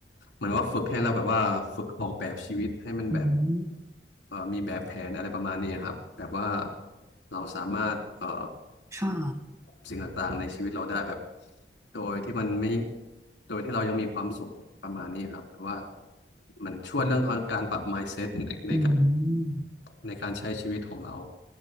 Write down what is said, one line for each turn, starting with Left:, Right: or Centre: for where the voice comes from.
Left: เหมือนว่าฝึกให้เราแบบว่าฝึกออกแบบชีวิตให้มันแบบ
Right: อืม
Left: เอ่อมีแบบแผนอะไรประมาณนี้ครับแบบว่าเราสามารถเอ่อ
Right: ค่ะ
Left: สิ่งต่างๆในชีวิตเราได้แบบโดยที่มันไม่โดยที่เรายังมีความสุขประมาณนี้ครับแต่ว่ามันช่วยเรื่องการปรับ mindset ในใน
Right: อืม
Left: ในการใช้ชีวิตของเรา